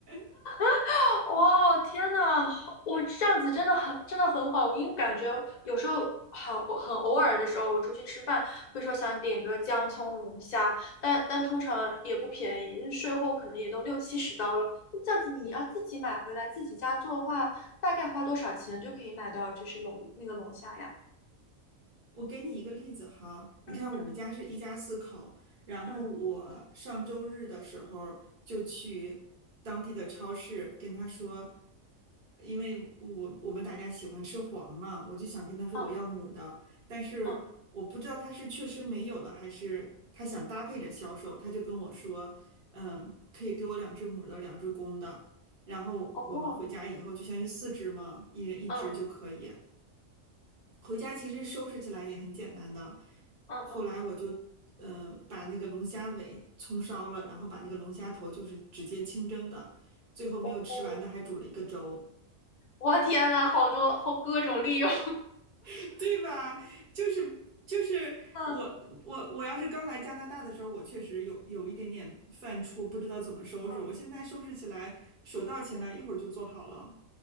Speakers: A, on the right; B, on the left.
A: <laughs>
B: <laughs> 哇，天呐，好我这样子真的很真的很好，因为感觉有时候好很偶尔的时候，我出去吃饭会说想点个姜葱龙虾，但但通常也不便宜，税后可能也都六七十刀了。那这样子你要自己买回来自己家做的话，大概花多少钱就可以买到就是龙那个龙虾呀？
A: 我给你一个例子哈，你看我们家是一家四口，
B: 嗯嗯
A: 然后我上周日的时候就去当地的超市跟他说，
B: 嗯
A: 因为我我们大家喜欢吃黄嘛，我就想跟他说我要母的，
B: 嗯
A: 但是我不知道他是确实没有了，
B: 嗯
A: 还是他想搭配着销售，他就跟我说，嗯，可以给我两只母的，两只公的，然后我们回家以后就相当于四只嘛，
B: 哦
A: 一人一只就可以。
B: 嗯
A: 回家其实收拾起来也很简单的。
B: 嗯嗯
A: 后来我就呃把那个龙虾尾葱烧了，然后把那个龙虾头就是直接清蒸的，最后没有吃完的还煮了一个粥，
B: 哦，我天呐，好多好各种利用，
A: <laughs> 对吧？就是就是我我我要是刚来加拿大的时候，
B: <laughs> 嗯。
A: 我确实有有一点点犯怵，不知道怎么收拾。
B: 嗯
A: 我现在收拾起来手到擒来，一会儿就做好了。